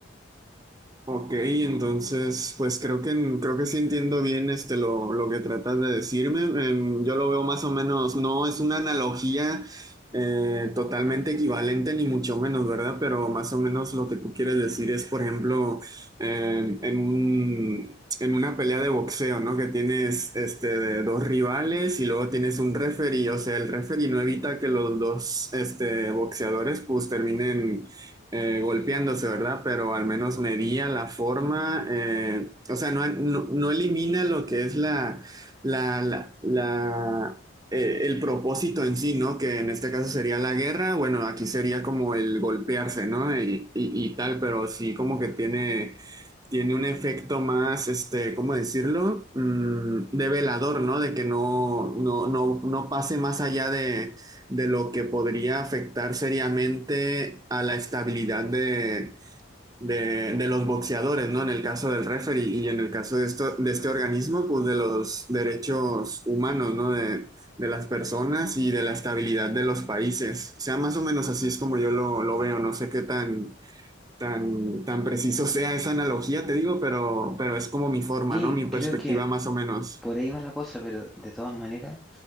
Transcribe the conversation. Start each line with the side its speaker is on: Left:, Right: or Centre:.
Right: Ok, entonces, pues creo que creo que sí entiendo bien este lo, lo que tratas de decirme. Em, yo lo veo más o menos, no es una analogía eh, totalmente equivalente, ni mucho menos, ¿verdad? Pero más o menos lo que tú quieres decir es, por ejemplo, em, en un en una pelea de boxeo, ¿no? Que tienes este de dos rivales y luego tienes un referee, o sea, el referee no evita que los dos este boxeadores pues terminen eh, golpeándose, ¿verdad? Pero al menos medía la forma, eh, o sea, no, no, no elimina lo que es la, la, la, la, eh, el propósito en sí, ¿no? Que en este caso sería la guerra, bueno, aquí sería como el golpearse, ¿no? Y, y- y tal, pero sí como que tiene tiene un efecto más, este, ¿cómo decirlo? Mm, de velador, ¿no? De que no, no, no, no pase más allá de, de lo que podría afectar seriamente a la estabilidad de, de, de los boxeadores, ¿no? En el caso del referee y en el caso de, esto, de este organismo, pues de los derechos humanos, ¿no? De, de las personas y de la estabilidad de los países. O sea, más o menos así es como yo lo, lo veo. No sé qué tan tan, tan preciso sea esa analogía, te digo, pero, pero es como mi forma,
Centre: Sí,
Right: ¿no? Mi perspectiva
Centre: creo que
Right: más o menos.
Centre: por ahí va la cosa, pero de todas maneras